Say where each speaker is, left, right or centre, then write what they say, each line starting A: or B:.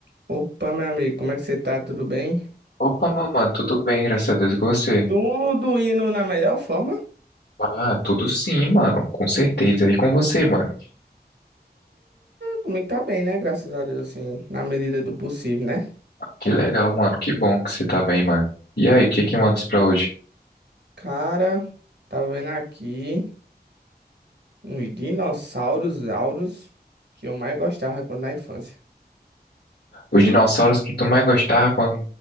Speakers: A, on the right; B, on the left.
A: Opa, meu amigo, como é que você tá? Tudo bem?
B: Opa, meu mano, tudo bem, graças a Deus, e com você?
A: Tudo indo na melhor forma? Ah,
B: Ah, tudo sim, mano, com certeza, e com você, mano?
A: Comigo tá bem, né? Graças a Deus, assim, na medida do possível, né?
B: Que legal, mano, que bom que você tá bem, mano. E aí, o que que mandas pra hoje?
A: Cara, tava vendo aqui uns dinossauros auros que eu mais gostava quando na infância.
B: Os dinossauros que tu mais gostava quando